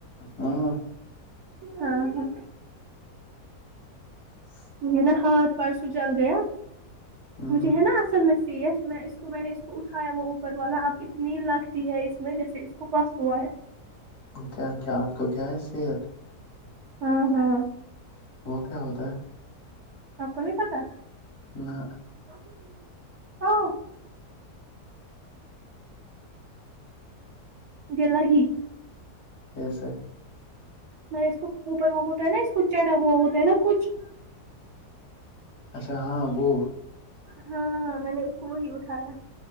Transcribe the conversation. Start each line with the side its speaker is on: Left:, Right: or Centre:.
Left: ہاں
Right: ہاں ہاں
Left: <inaudible>
Right: مھ نا ہاتھ پرسوں جل گیا
Left: ہ
Right: مجھے ہے نا اصل م س میں اس کو میں نے اس کو اٹھایا وہ اوپر والا اب اتنی لگتی ہے اس میں جیسے کپاس و
Left: کیا کیا آپ کو کیا ہے صحت
Right: ہاں ہاںاں
Left: وہ کیا ہوتا ہے
Right: ک کون نہیں تھا تھا
Left: نہ
Right: <unintelligible> مجھے لگی
Left: یھ سےے
Right: مط اس کو اوپر وہ ہوتا ہے نا اس کو چڑھا ہوا ہوتا ہے نا کچھ
Left: اچھا ہاں وہو
Right: ہاںاں میں نے اس کو وہی اٹھایا